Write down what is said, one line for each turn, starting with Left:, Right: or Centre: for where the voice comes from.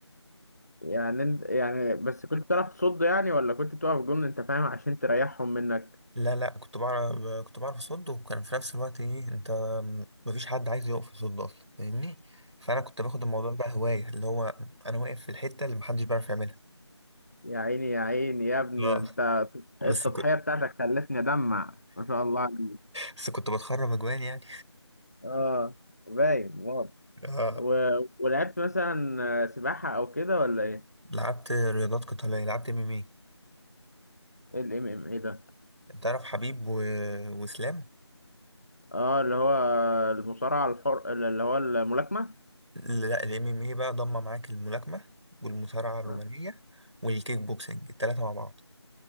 Left: يعني انت يعني بس كنت بتعرف تصد يعني ولا كنت بتقف جون انت فاهم عشان تريحهم منك
Right: لا لا كنت بعرف كنت بعرف اصد وكان في نفس الوقت ايه انت مفيش حد عايز يقف يصد اصلا فاهمني فانا كنت باخد الموضوع بقى هوايه اللي هو انا واقف في الحته اللي محدش بيعرف يعملها
Left: يا عيني يا عيني يا ابني
Right: اه
Left: ده انت التضحية
Right: بس كنت
Left: بتاعتك خلتني ادمع ما شاء الله عليك.
Right: بس كنت بتخرب اجوان يعني
Left: اه باين واضح
Right: <laughs> اه
Left: و... ولعبت مثلا آه، سباحة او كده ولا ايه؟
Right: لعبت رياضات قتاليه لعبت ام ام اي
Left: ايه الام ام ايه ده؟
Right: انت عارف حبيب و... واسلام
Left: اه اللي هو المصارعة الحر اللي هو الملاكمة
Right: لا الام ام اي بقى ضم معاك الملاكمه والمصارعه الرومانيه
Left: آه.
Right: والكيك بوكسنج التلاته مع بعض